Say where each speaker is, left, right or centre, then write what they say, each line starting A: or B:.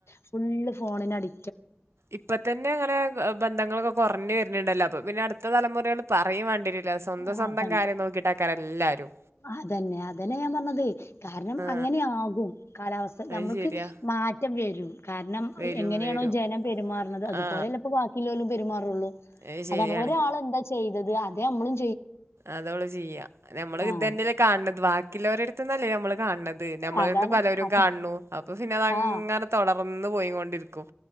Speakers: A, on the left (about 70°); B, on the right (about 75°).
A: ഫുള്ള് ഫോണിനടി
B: ഇപ്പതന്നെങ്ങനെ എ ബന്ധങ്ങളൊക്കെ കൊറ്ഞ്ഞ് ണ്ടല്ലോ അപ്പപിന്നെ അടുത്ത തലമുറേട് പറയുംവാണ്ടിരൂല സ്വന്ത
A: ആ
B: സ്വന്തംകാര്യം
A: അതാണ്
B: നോക്കിട്ടക്കാര് എല്ലാരും
A: അതന്നെ അതന്നെ ഞാൻ പറഞ്ഞതൈ കാരണം
B: ആ
A: അങ്ങനെയാകും കാലാവസ്ഥ
B: അത്
A: നമ്മൾക്ക്
B: ശരിയാ
A: മാ മാറ്റം വരും കാരണം
B: വരും
A: എ എങ്ങനെയാണോ
B: വരും
A: ജനം പെരുമാറുന്നത് അതുപോലെല്ലപ്പോ
B: ആ
A: ബാക്കിലോരും പെരുമാ ത്രള്ളൂ
B: അത്
A: അതാണ്
B: ശരിയാണ്
A: ഒരാളെന്താ ചെയ്തത് അതെമ്മളും
B: അതോള്ളുചെയ്യ നമ്മള്
A: ആഹ്
B: ഇതന്നെല്ലെ കാൺണത് ബാക്കിയുള്ളോരുന്നടുത്തന്നല്ലേ നമ്മള് കാണത് നമ്മളിരുതന്ന്
A: അതാണ്
B: പലരും
A: അപ്പൊ
B: കാൺണൂ അപ്പൊ പിന്നതങ്ങനെ
A: ആഹ്
B: തൊടർന്ന് പോയികൊണ്ടിരിക് ക്കും